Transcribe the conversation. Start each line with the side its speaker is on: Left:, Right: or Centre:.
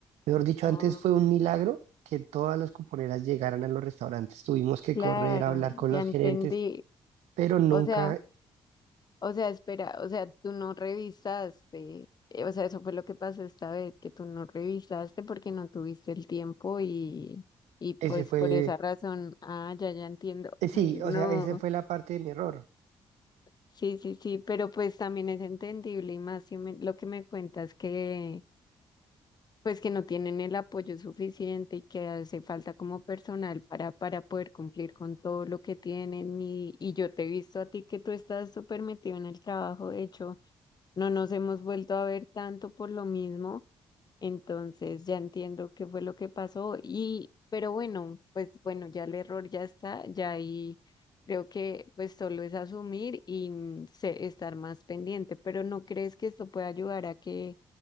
Right: Mejor dicho,
Left: Ah,
Right: antes fue un milagro que todas las cuponeras llegaran a los restaurantes. Tuvimos que
Left: claro,
Right: correr, hablar con
Left: ya
Right: los
Left: entendí.
Right: gerentes, pero nunca
Left: O sea, o sea, espera, o sea, tú no revisaste. Eh, O sea, eso fue lo que pasó esta vez, que tú no revisaste porque no tuviste el tiempo y, y pues
Right: ese fue,
Left: por esa razón, ah, ya, ya entiendo.
Right: eh, sí,
Left: Ay, no.
Right: o sea, esa fue la parte de mi error.
Left: Sí, sí, sí, pero pues también es entendible y más si me- lo que me cuentas que pues que no tienen el apoyo suficiente y que hace falta como personal para, para poder cumplir con todo lo que tienen. Y, y yo te he visto a ti que tú estás súper metido en el trabajo, de hecho, no nos hemos vuelto a ver tanto por lo mismo entonces ya entiendo qué fue lo que pasó y, pero bueno, pues bueno, ya el error ya está, ya ahí creo que pues solo es asumir y mm, se- estar más pendiente, pero ¿no crees que esto puede ayudar a que,